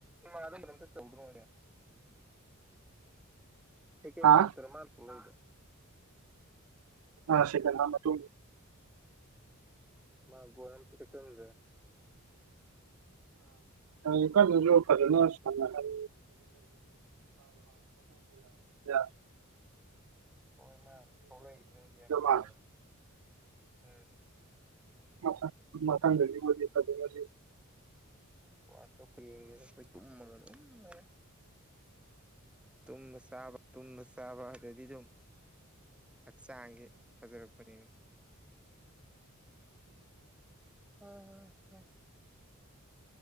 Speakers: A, in the centre; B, on the right.
A: ꯃ ꯑꯗꯨꯝ ꯗꯃꯛꯇ ꯇꯧꯗꯔꯣꯍꯦ <inaudible> ꯁꯦꯀꯦꯟ
B: ꯍꯥ
A: ꯍꯥꯥꯞꯇꯔ ꯃꯥꯟꯅ ꯊꯣꯂꯛꯏꯗꯣ
B: ꯑ ꯁꯤꯀꯦꯟ ꯍꯥꯞ ꯃꯇꯨꯡ
A: ꯃꯥ ꯒꯣꯜ ꯑꯝꯇꯗꯤ ꯆꯟꯗꯦ
B: ꯑ ꯀꯩ ꯀꯟꯂꯖꯨ ꯐꯖꯅ ꯁꯥꯟꯅꯖꯟ <unintelligible>
A: ꯍꯣꯏ ꯃꯥꯑꯗꯩ ꯊꫭꯛꯂꯩꯗꯨꯅ ꯚꯥꯟ
B: ꯃꯥꯜꯂꯦ
A: ꯇꯔꯝ ꯎꯝ
B: ꯃꯊꯪ ꯃꯊꯪꯒꯗꯤ <unintelligible>
A: ꯋꯥꯜ ꯀꯞ ꯀ ꯌꯦꯡꯗꯦꯗ ꯑꯩꯈꯣꯏ ꯇꯨꯝꯃꯒꯥ ꯗꯨꯝ ꯂꯩꯔꯦ ꯇꯨꯝꯕ ꯆꯥꯕ ꯇꯨꯝꯕ ꯆꯥꯕ ꯑꯗꯗꯤꯗꯨꯝ ꯍꯛꯆꯥꯡꯖꯦ ꯐꯖꯔꯛꯄꯅꯦ ꯑꯥ ꯑ ꯑ